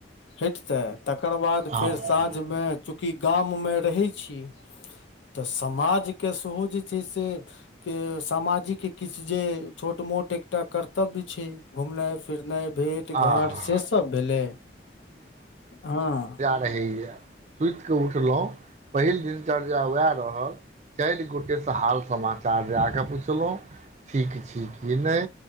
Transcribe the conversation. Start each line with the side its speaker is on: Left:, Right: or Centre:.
Left: हटतै तकर बाद
Right: हँ
Left: फेर
Right: आ
Left: साँझमे चूँकि गाममे रहै छी तऽ समाजके सेहो जे छै से के सामाजिक किछ जे छोट मोट एकटा कर्तव्य छै घुमनाइ फिरनाइ भेट घाट
Right: आहा
Left: से सब भेलै हँ
Right: रहैया सुतििकऽ उठलहुँ पहिल दिन दिन चरिया वएह रहल चारि गोटे सऽ हाल समाचार जााकऽ पुछलहु ठीक छी कि नहि